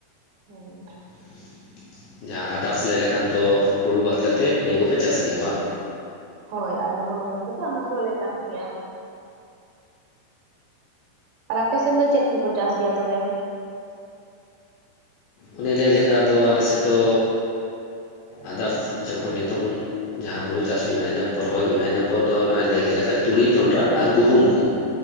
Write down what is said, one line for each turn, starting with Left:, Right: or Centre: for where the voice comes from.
Right: <inaudible>
Left: <unintelligible> ᱡᱟᱦᱟᱸ ᱟᱫᱟᱨᱥ ᱞᱟᱹᱭ ᱞᱮᱠᱷᱟᱱ ᱫᱚ ᱦᱩᱲᱩ ᱵᱟᱫ ᱠᱟᱛᱮᱫ ᱱᱤᱭᱟᱹ ᱠᱚᱯᱮ ᱪᱟᱥ ᱜᱮᱭᱟ ᱵᱟ
Right: ᱦᱳᱭ ᱟᱨ ᱦᱩᱲᱩ ᱵᱟᱛ ᱠᱟᱛᱮᱜ ᱚᱱᱟ ᱠᱚᱞᱮ ᱪᱟᱥ ᱜᱮᱭᱟ ᱟᱨ ᱟᱯᱮᱥᱱ ᱫᱚ ᱪᱮᱫ ᱠᱚᱠᱚ ᱪᱟᱥ ᱜᱮᱭᱟ ᱛᱚᱵᱮ
Left: ᱚᱱᱮ ᱞᱟᱹᱭ ᱞᱮᱠᱟᱫᱚ ᱟᱞᱮ ᱥᱮᱫ ᱫᱚ ᱟᱫᱟᱨᱥ ᱡᱚᱠᱷᱚᱱ ᱱᱤᱛᱚᱝ ᱡᱟᱦᱟᱸ ᱦᱩᱲᱩ ᱪᱟᱥ ᱦᱩᱭ ᱱᱟ ᱤᱱᱟᱹ ᱯᱚᱨ ᱦᱚ ᱦᱩᱭ ᱱᱟ ᱤᱱᱟᱹ ᱯᱚᱨ ᱫᱚ ᱚᱱᱟ ᱞᱟᱹᱭ ᱠᱮᱜ ᱞᱮᱠᱟ ᱛᱩᱲᱤ ᱡᱚᱱᱰᱨᱟ ᱟᱨ ᱜᱩᱦᱩᱢ ᱠᱚ